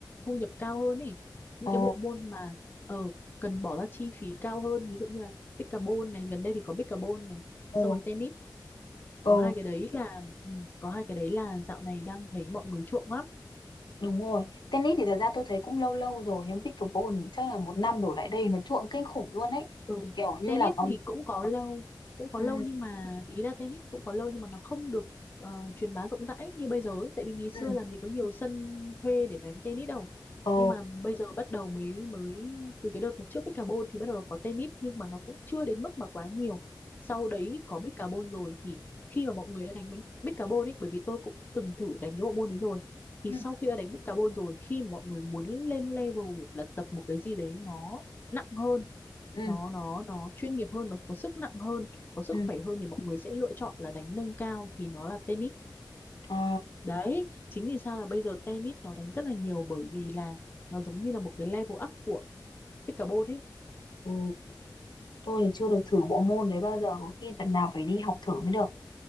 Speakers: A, on the left; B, on the left.
A: thu nhập cao hơn ấy những
B: Ồ,
A: cái bộ môn mà ờ cần bỏ ra chi phí cao hơn ví dụ như là pickleball này gần đây thì có pickleball này
B: ồ,
A: xong rồi tennis
B: ồ.
A: có hai cái đấy là ừ, có hai cái đấy là dạo này đang thấy mọi người chuộng lắm
B: Đúng rồi, tennis thì thật ra tôi thấy cũng lâu lâu rồi nhưng pickleball chắc là một năm đổ lại đây nó chuộng kinh khủng luôn ấy.
A: Ừ.
B: Kiểu như
A: Tennis
B: là có
A: thì cũng có lâu cũng có
B: ừ
A: lâu nhưng mà ý là tennis cũng có lâu nhưng mà nó không được ờ, truyền bá rộng rãi như bây giờ ấy. Tại vì ngày xưa
B: ừ
A: làm gì có nhiều sân thuê để đánh tennis đâu
B: ờ
A: nhưng mà bây giờ bắt đầu mới mới từ cái đợt mà trước Bích Carbon thì bắt đầu có tennis nhưng mà nó cũng chưa đến mức mà quá nhiều sau đấy có Bích Carbon rồi thì khi mà mọi người đã đánh bánh- Bích Carbon ấy bởi vì tôi cũng từng thử đánh cái bộ môn đấy rồi thì
B: ừ
A: sau khi đã đánh Bích Carbon rồi khi mà mọi người muốn lên level là tập một cái gì đấy nó nặng hơn
B: ừ
A: nó nó nó chuyên nghiệp hơn nó có sức nặng hơn có sức
B: ừ
A: khỏe hơn thì mọi người sẽ lựa chọn là đánh nâng cao thì nó là tennis
B: ờ
A: đấy chính vì sao là bây giờ tennis nó đánh rất là nhiều bởi vì là nó giống như là một cái level up của pickleball ấy
B: ừ. Tôi thì chưa được thử bộ môn đấy bao giờ, có khi lần nào phải đi học thử mới được.